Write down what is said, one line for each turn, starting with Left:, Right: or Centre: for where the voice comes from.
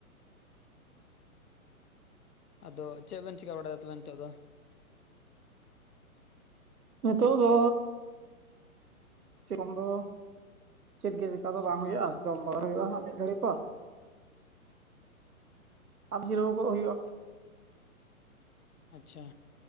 Left: ᱟᱫᱚ ᱪᱮᱫ ᱵᱮᱱ ᱪᱤᱠᱟᱹ ᱵᱟᱲᱟᱭ ᱛᱮ ᱱᱤᱛᱚᱜ ᱫᱚ?
Right: ᱱᱤᱛᱚᱜ ᱫᱚᱻ ᱪᱮᱠᱚᱢ ᱫᱚ ᱪᱮᱫ ᱜᱮ ᱪᱮᱠᱟ ᱫᱚ ᱵᱟᱝ ᱦᱩᱭᱩᱜᱼᱟ ᱡᱚᱢ ᱵᱟᱲᱟᱭ ᱦᱩᱭᱩᱜᱼᱟ ᱦᱟᱸ ᱢᱤᱫ ᱜᱷᱟᱹᱲᱤ ᱯᱚᱨ ᱟᱫᱚ ᱡᱤᱨᱟᱹᱣ ᱠᱚᱜ ᱦᱩᱭᱩᱜᱼᱟ
Left: ᱟᱪᱪᱷᱟ